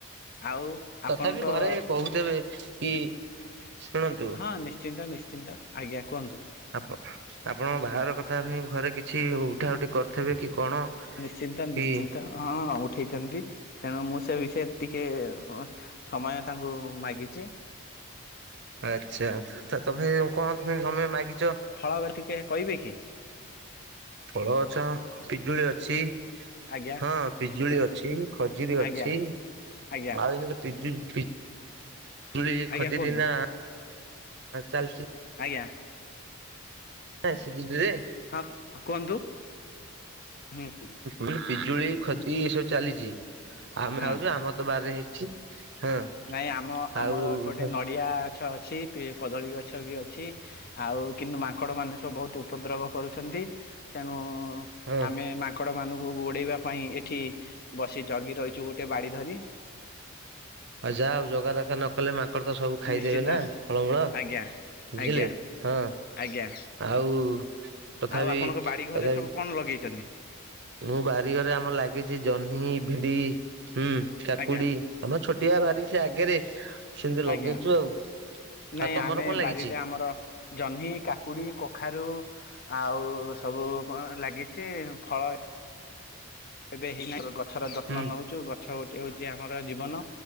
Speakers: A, on the left (about 45°); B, on the right (about 50°).
A: ଆଉ
B: ତଥାପି
A: ଆପଣଙ୍କ
B: ଘରେ କହୁଥିବେ କି ଶୁଣନ୍ତୁ
A: ହଁ ନିଶ୍ଚିନ୍ତ ନିଶ୍ଚିନ୍ତ ଆଜ୍ଞା କୁହନ୍ତୁ
B: ଆପ ଆପଣ ବାହାର କଥା ପାଇଁ ଘରେ କିଛି ଉଠା ଉଠି କରିଥିବେ କି କଣ
A: ନିଶ୍ଚିନ୍ତା ନିଶ୍ଚିନ୍ତା
B: କି
A: ହଁ ଉଠେଇଛନ୍ତି ତେଣୁ ମୁଁ ସେ ବିଷୟରେ ଟିକେ ସମୟ ତାଙ୍କୁ ମାଗିଛି
B: ଆଚ୍ଛା ତ ତମେ କହନ୍ତି ତମେ ମାଗିଛ
A: ଫଳ ଟିକେ କହିବେ କି
B: ଫଳ ଗଛ ପିଜୁଳି ଅଛି
A: ଆଜ୍ଞା
B: ହଁ ପିଜୁଳି ଅଛି ଖଜୁରୀ ଅଛି
A: ଆଜ୍ଞା ଆଜ୍ଞା
B: ଆଉ ଏ ପିଜୁ ପିଜୁଳି
A: ଆଜ୍ଞା
B: ଖଦିରି
A: କୁହନ୍ତୁ
B: ନା ଚାଲିଛି
A: ଆଜ୍ଞା
B: ହଁ ସେଗଦିି
A: ହଁ କୁହନ୍ତୁ ହୁଁ
B: ହୁଁ ପିଜୁଳି ଖାଜିରି ଏସବୁ ଚାଲିଛି ଆମେ
A: ହଁ।
B: ଖାଉଛୁ ଆମ ବାର ହେଇଛି ହଁ
A: ନାଇଁ ଆମ
B: ଆଉ
A: ଆମର ଏପଟେ
B: ହଁ
A: ନ ନଡିଆ ଗଛ ଅଛି କଦଳୀ ଗଛ ବି ଅଛି ଆଉ କିନ୍ତୁ ମାଙ୍କଡ ମାନେ ସବୁ ବହୁତ ଉପଦ୍ରବ କରୁଛନ୍ତି ତେଣୁ,
B: ହଁ
A: ଆମେ ମା ଙ୍କଡ଼ ମାନଙ୍କୁ ଗୋଡେଇବା ପାଇଁ ଏଠି ବସି ଜଗି ରହିଛୁ ଗୋଟେ ବାଡି ଧରି।
B: ଆଉ ଯାହା ଆଉ ଜଗା ରଖା ନ କଲେ ମାଙ୍କଡ ତ ସବୁ ଖାଇଦେବେ
A: ନିଶ୍ଚିନ୍ତ
B: ନା ଫଳମୂଳ।
A: ଆଜ୍ଞା।
B: ବୁଝିଲେ
A: ଆଜ୍ଞା
B: ହଁ,
A: ଆଜ୍ଞା
B: ଆଉ ତଥାପି
A: ଆଉ ଆପଣଙ୍କ ବାଡ଼ି
B: ତଥାପି
A: ଘରେ ସବୁ କଣ ଲଗେଇଚନ୍ତି?
B: ମୁଁ ବାରିଘରେ ଆମର ଲାଗିଛି ଜହ୍ନି, ଭିଣ୍ଡି ହୁଁ କାକୁଡି
A: ଆଜ୍ଞା
B: ଆମ ଛୋଟିଆ ବାରି ସେ ଆଗରେ ସେମିତି ଲଗେଇଚୁ
A: ଆଜ୍ଞା।
B: ଆଉ,
A: ନାଇଁ
B: ଆଉ ତମର
A: ଆମେ
B: କଣ
A: ବାରିରେ
B: ଲାଗିଚି?
A: ଆମର ଜହ୍ନି, କାକୁଡି, କଖାରୁ ଆଉ ସବୁ ଲାଗିଚି ଫଳ ଏବେ ହେଇନାହିଁ ଗଛର ଯତ୍ନ
B: ହୁଁ।
A: ନଉଚୁ ଗଛ ଗୋଟେ ହଉଛି ଆମର ଜୀବନ,